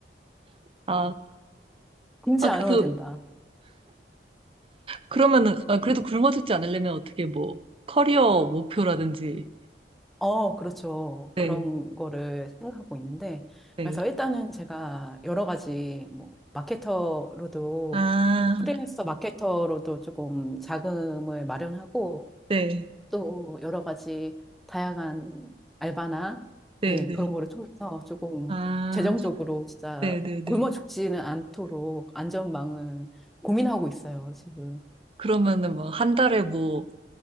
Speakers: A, on the right (about 30°); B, in the centre.
A: 아,
B: 굶지
A: 아,
B: 않으면
A: 그래도
B: 된다.
A: 그러면은 아, 그래도 굶어죽지 않으려면 어떻게 뭐 커리어 목표라든지.
B: 어, 그렇죠.
A: 네.
B: 그런 거를 생각하고 있는데,
A: 네.
B: 그래서 일단은 제가 여러 가지, 뭐, 마케터로도,
A: 아,
B: 프리랜서 마케터로도 조금 자금을 마련하고,
A: 네.
B: 또 여러 가지 다양한 알바나,
A: 네,
B: 예,
A: 네.
B: 그런 거를 통해서 조금
A: 아,
B: 재정적으로 진짜
A: 네네네.
B: 굶어 죽지는 않도록 안전망을 고민하고 있어요, 지금.
A: 그러면은 뭐 한 달에 뭐